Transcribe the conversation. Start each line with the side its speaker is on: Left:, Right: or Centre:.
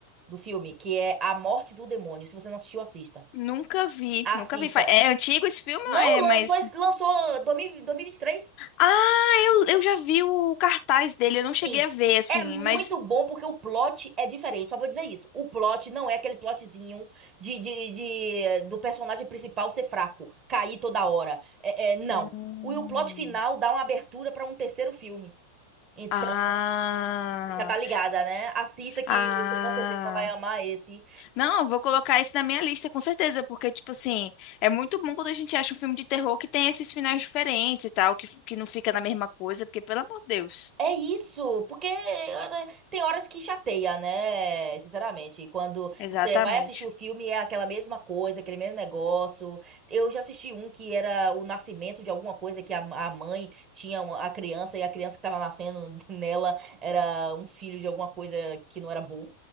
Right: do filme, que é A Morte do Demônio. Se você não assistiu, assista.
Left: nunca vi,
Right: Assista.
Left: nunca vi. Fa- É antigo esse filme
Right: Não,
Left: ou é
Right: lançou,
Left: mais.
Right: esse- lançou dois mil e dois mil e vinte e três
Left: Ah, eu, eu já vi o cartaz dele, eu não cheguei
Right: Sim.
Left: a ver, assim,
Right: É muito
Left: mas.
Right: bom porque o plot é diferente. Só vou dizer isso. O plot não é aquele plotzinho de, de, de- do personagem principal ser fraco, cair toda hora. É, é, não.
Left: Hum.
Right: O, e o plot final dá uma abertura para um terceiro filme. Então,
Left: Ah,
Right: já tá ligada, né? Assista que
Left: ah.
Right: você com certeza vai amar esse.
Left: Não, eu vou colocar esse na minha lista, com certeza, porque, tipo assim, é muito bom quando a gente acha um filme de terror que tem esses finais diferentes e tal, que, que não fica na mesma coisa, porque, pelo amor de Deus.
Right: É isso, porque eh, tem horas que chateia, né? Sinceramente, E quando
Left: Exatamente.
Right: você vai assistir o filme é aquela mesma coisa, aquele mesmo negócio. Eu já assisti um que era o nascimento de alguma coisa que a, a mãe tinha uma- a criança e a criança que tava nascendo <laughs> nela era um filho de alguma coisa que não era bom.